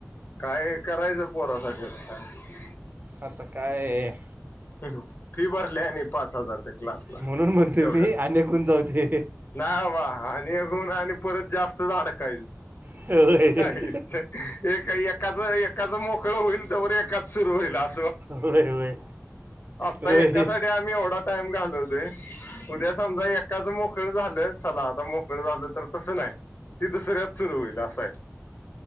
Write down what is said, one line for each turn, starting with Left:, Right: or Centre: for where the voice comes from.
Left: काय करायचं पोरासाठी आता काय.
Right: आता काय.
Left: ह फीवरर ल्याणे पाच हजार त.
Right: म्हणून म्हणतोय
Left: व
Right: मी अनेकून जाऊ दे
Left: नाही वा आणि अून आणि परत जास्त. त अड कायू.
Right: <inaudible>
Left: एकाच एकाच मोकळं होईल तरवर एकाच सुरू होईल अस.
Right: होय होय
Left: आता
Right: होय
Left: एका सा आम्ही एवढा टाइम घालवते उद्या समजा एकाच. मोकळ झालंय चला आता मोकळ झालं तर तसं नाही ती दुसऱ्यात सुरू होईल असं आहे.